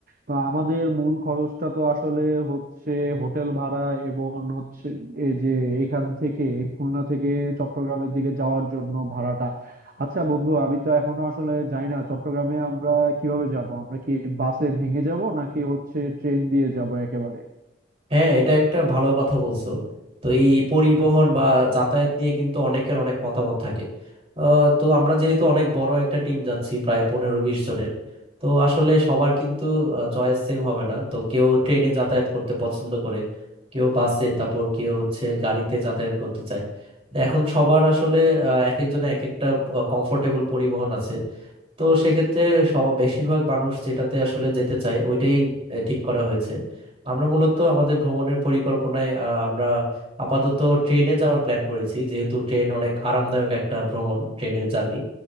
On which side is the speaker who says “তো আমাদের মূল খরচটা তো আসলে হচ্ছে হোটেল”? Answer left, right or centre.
Right